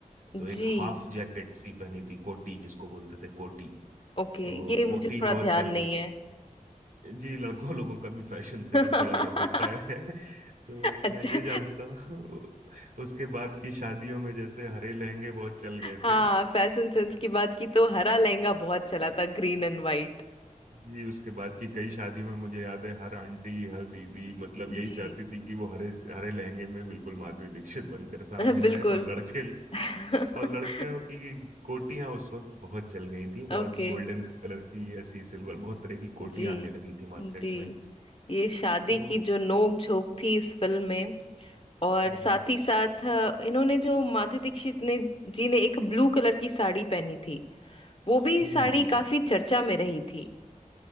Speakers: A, on the right; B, on the left.
A: तो एक
B: जी
A: हाफ जैकेट सी पहनी थी कोटी जिसको बोलते थे कोटी
B: ओके
A: तो
B: ये मुझे
A: कोटी
B: थोड़ा
A: बहुत
B: ध्यान
A: चल
B: नहीं
A: गई थी
B: है
A: जी लड़कों लोगों का भी फैशन सेंस
B: <laughs>
A: थोड़ा बहुत होता है <laughs> तो
B: अच्छा
A: मैं ये जानता हूँ उसके बाद की शादियों में जैसे हरे लहंगे बहुत चल गए
B: हाँ
A: थे
B: फैशन सेंस की बात की तो हरा लहंगा बहुत चला था ग्रीन एंड वाइट
A: जी उसके बाद की कई शादियों में मुझे याद है हर आंटी हर दीदी मतलब
B: जी
A: यही चाहती थी कि वो हरे हरे लहंगे में बिल्कुल माधुरी दीक्षित बनकर सामने
B: <laughs> बिल्कुल
A: आए और लड़के
B: <laughs>
A: और लड़कियों की कोटियां उस वक्त बहुत चल गई थी बहुत
B: ओके
A: गोल्डन कलर की ऐसी सिल्वर बहुत तरह की कोटियां
B: जी
A: आने लगी थी मार्केट
B: जी
A: में
B: ये शादी
A: तो
B: की जो नोक झोंक थी इस फिल्म में
A: हम्म
B: और
A: हम्म
B: साथ ही साथ अ, इन्होंने जो माधुरी दीक्षित ने जी ने एक ब्लू कलर की साड़ी पहनी थी वो भी
A: हम्म
B: साड़ी
A: हम्म।
B: काफी चर्चा में रही थी